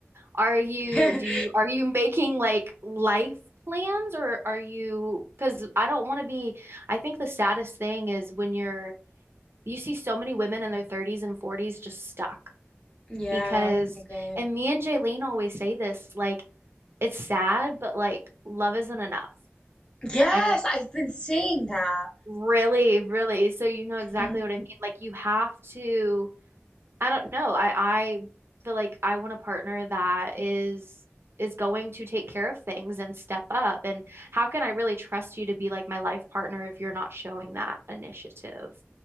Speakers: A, on the right; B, on the left.
A: Are you,
B: <laughs>
A: do you, are you making like life plans or are you, because I don't want to be, I think the saddest thing is when you're, you see so many women in their 30s and 40s just stuck
B: Yeah,
A: because,
B: oh my God.
A: and me and Jaylene always say this, like, it's sad, but like, love isn't enough.
B: Yes,
A: I know,
B: I've been seeing that.
A: really, really. So you know exactly
B: hmm
A: what I mean. Like, you have to, I don't know. I I feel like I want a partner that is is going to take care of things and step up. And how can I really trust you to be like my life partner if you're not showing that initiative?